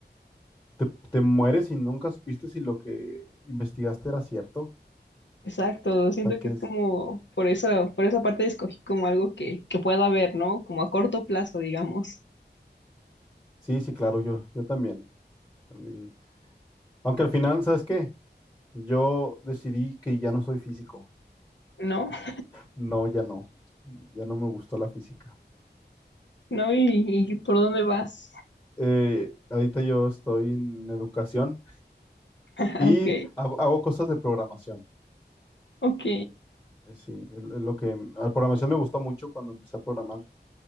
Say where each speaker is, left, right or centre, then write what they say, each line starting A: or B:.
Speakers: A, on the left; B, on the left.
A: te, te mueres y nunca supiste si lo que investigaste era cierto. O
B: Exacto, siento
A: sea, que
B: que es
A: es...
B: como, por eso, por esa parte escogí como algo que, que pueda ver, ¿no? Como a corto plazo, digamos,
A: Sí, sí, claro, yo, yo también, también. Aunque al final, ¿sabes qué? Yo decidí que ya no soy físico.
B: ¿no? <laughs>
A: No, ya no. Ya no me gustó la física.
B: ¿No? ¿Y, y por dónde vas?
A: Eh, ahorita yo estoy en educación
B: <laughs>
A: y
B: Ok,
A: hago hago cosas de programación.
B: ok.
A: Eh, Sí, es es lo que la programación me gustó mucho cuando empecé a programar.